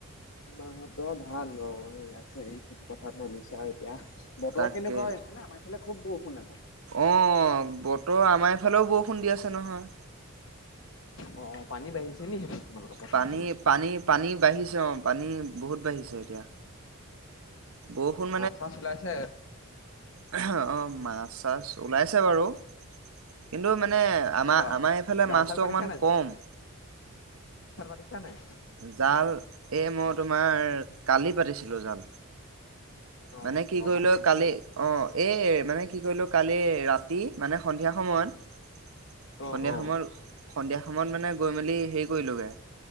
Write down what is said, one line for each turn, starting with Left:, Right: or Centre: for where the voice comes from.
Left: মাহঁতৰ ভাল, অঁ, এই আছে এই খেতি পথাৰত নামিছে আৰু এতিয়া। বতৰ
Right: তাকে
Left: কেনেকুৱা হয় এইফালে আমাৰ এইফালে খুব বৰষুণ আকৌ।
Right: অ বতৰ আমাৰ এইফালেও বৰষুণ দি আছে নহয়।
Left: অহ ', পানী বাঢ়িছে নি তোমালোকৰ পথাৰৰ
Right: পানী
Left: ফালে?
Right: -পানী -পানী বাঢ়িছে অহ ', পানী বহুত বাঢ়িছে এতিয়া। বৰষুণ
Left: মাছ চাছ ওলাইছে।
Right: অহ ', মাছ চাছ ওলাইছে বাৰু কিন্তু মানে। আমৰ
Left: জা
Right: - আমাৰ হিফালে
Left: জাল
Right: মাছটো
Left: চাল পাতিছা
Right: অকমান
Left: নাই
Right: কম।
Left: পিচ নাই
Right: জাল এ মই তোমাৰ কালি পাতিছিলো জাল।
Left: অ
Right: মানে কি
Left: লগা
Right: কৰিলো
Left: লাগিছে
Right: কালি
Left: নাই
Right: অহ ', এই মানে কি কৰিলো কালি ৰাতি মানে সন্ধিয়া সময়ত
Left: অ
Right: সন্ধিয়া
Left: অ
Right: সময়ত - সন্ধিয়া সময়ত মানে গৈ মেলি হে কৰিলোঁগে।